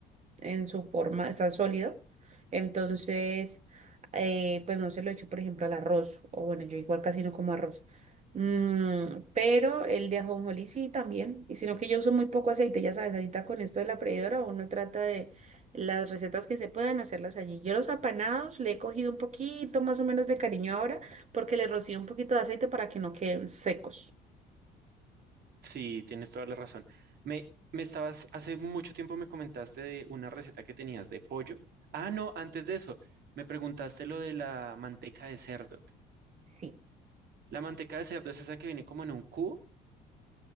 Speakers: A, on the right (about 35°); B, on the right (about 60°).
A: en su forma, está sólido. Entonces, eh, pues no se lo echo, por ejemplo, al arroz. O bueno, yo igual casi no como arroz. Mm, pero el de ajonjolí sí también. Y sino que yo uso muy poco aceite, ya sabes, ahorita con esto de la freidora uno trata de las recetas que se puedan hacerlas allí. Yo los apanados le he cogido un poquito más o menos de cariño ahora porque le rocío un poquito de aceite para que no queden secos.
B: Sí, tienes toda la razón. Me, me estabas, hace mucho tiempo me comentaste de una receta que tenías de pollo. Ah, no, antes de eso, me preguntaste lo de la manteca de cerdo.
A: Sí.
B: La manteca de cerdo es esa que viene como en un cubo.